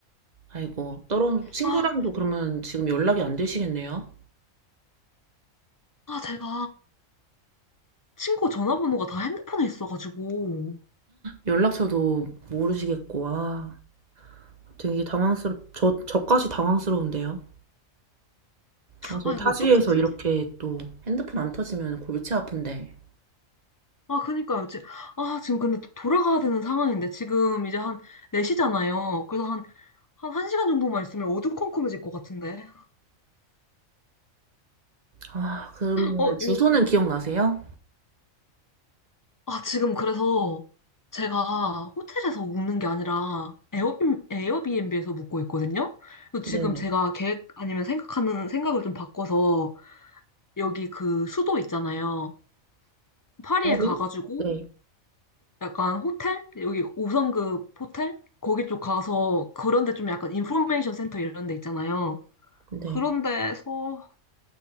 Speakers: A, on the right (about 35°); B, on the left (about 25°).
A: 아이고. 떨어 친구랑도
B: 아,
A: 그러면 지금 연락이 안 되시겠네요?
B: 아, 제가 친구 전화번호가 다 핸드폰에 있어가지고.
A: 연락처도 모르시겠고, 아, 되게 당황스럽, 저, 저까지 당황스러운데요? 아, 저
B: 아,
A: 타지에서
B: 이거 어떡하지?
A: 이렇게 또 핸드폰 안 터지면 골치 아픈데.
B: 아, 그니까요. 지, 아, 지금 근데 또 돌아가야 되는 상황인데, 지금 이제 한 4시잖아요. 그래서 한, 한 1시간 정도만 있으면 어두컴컴해질 것 같은데.
A: 아, 그러면
B: 어,
A: 주소는
B: 이거
A: 기억나세요?
B: 아, 지금 그래서 제가 호텔에서 묵는 게 아니라 에어비, 에어비앤비에서 묵고 있거든요. 그래서
A: 네.
B: 지금 제가 계획 아니면 생각하는 생각을 좀 바꿔서 여기 그 수도 있잖아요. 파리에
A: 파리?
B: 가가지고
A: 네.
B: 약간 호텔? 여기 5성급 호텔? 거기 쪽 가서 그런데 좀 약간 인포메이션 센터 이런 데 있잖아요.
A: 네.
B: 그런 데서,